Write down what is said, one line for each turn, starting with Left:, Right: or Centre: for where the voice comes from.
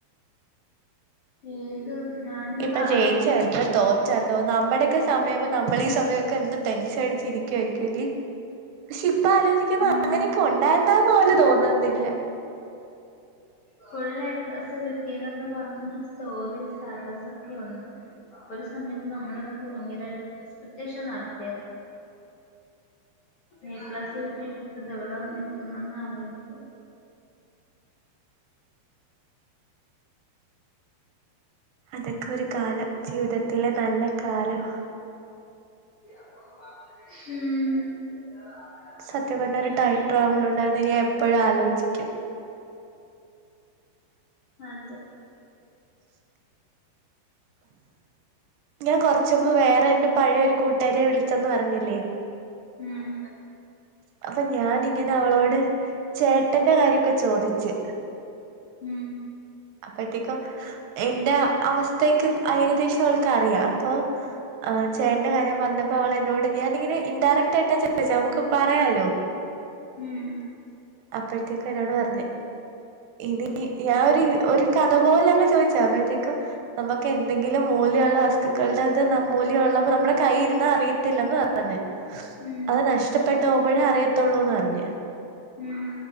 Left: ഏത് ഞാനിപ്പോ
Right: ഇപ്പൊ
Left: ആലോചിക്കുന്ന
Right: ജയിച്ചണ്ടോ തോറ്റ ഉണ്ടോ നമ്മുടെയൊക്കെ സമയം ആവുമ്പോ നമ്മളീ സമയമൊക്കെ എന്ത് ടെൻഷൻ അടിച്ച് ഇരിക്കുവായിരിക്കും അല്ലേ പക്ഷെ ഇപ്പ ആലോചിക്കുമ്പൊ,
Left: ഉം
Right: അങ്ങനെയൊക്കെ ഉണ്ടായിരുന്നോന്ന് പോലും തോന്നുന്നില്ല.
Left: ഫുൾ എ പ്ലസ് കിട്ടിന്നൊക്കെ പറഞ്ഞ് സ്റ്റോറി, സ്റ്റാറ്റസ് ഒക്കെ ഉണ്ട്, ഒരു സമയത്ത് നമ്മൾ ഇതൊക്കെ ഭയങ്കര എക്സ്പെക്ടേഷൻ നടത്തിയതാ. എ പ്ലസ് കിട്ടിട്ട്, ഇപ്പ ഇതെവിടാ നിക്കുന്നേന്ന് ആലോചിക്കാ.
Right: അതൊക്കെ ഒരു കാലം ജീവിതത്തിലെ നല്ല കാലം.
Left: ഉം
Right: സത്യം
Left: എങ്ങനെയെങ്കിലും
Right: പറഞ്ഞാ ഒരു ടൈം ട്രാവൽ ഉണ്ടായിരുന്നെ ഞാൻ എപ്പഴും ആലോചിക്കും
Left: അതെ <inaudible>
Right: ഞാൻ കൊറച്ച് മുമ്പ് വേറെ ന്റെ പഴയൊരു കൂട്ടുകരിയെ വിളിച്ചന്ന് പറഞ്ഞില്ലേ
Left: ഉം
Right: അപ്പൊ ഞാനിങ്ങനെ അവളോട് ചേട്ടന്റെ കാര്യൊക്കെ ചോദിച്ച്
Left: ഉം
Right: അപ്പത്തേക്കും എന്റെ അവസ് <unintelligible> ഏകദേശം അവൾക്ക് അറിയാം, അപ്പൊ ആഹ് ചേട്ടന്റെ കാര്യം പറഞ്ഞപ്പോ അവൾ എന്നോട് ഞാാനിങ്ങനെ ഇൻഡയറക്ട് ആയിട്ടാ ചോദിച്ചേ, നമുക്ക് പറയാലോ.
Left: ഉം ഉം
Right: അപ്പോഴത്തേക്ക് എന്നോട് പറഞ്ഞ്, ഇനി ഞാൻ ഒരു ഒരു കഥ പോലെ അങ്ങ് ചോദിച്ചയാ അപ്പോഴത്തേക്കും നമുക്ക് എന്തെങ്കിലും മൂല്യമുള്ള വസ്തുക്കളുടെത് ന മൂല്യം ഉള്ളപ്പോ നമ്മുടെ കൈയിരുന്ന അ <unintelligible> പറഞ്ഞ്
Left: ഉം
Right: അത് നഷ്ടപ്പെട്ട് പോകുമ്പോഴേ അറിയ ത്തൊള്ളൂന്ന് പറഞ്ഞ്
Left: ഉം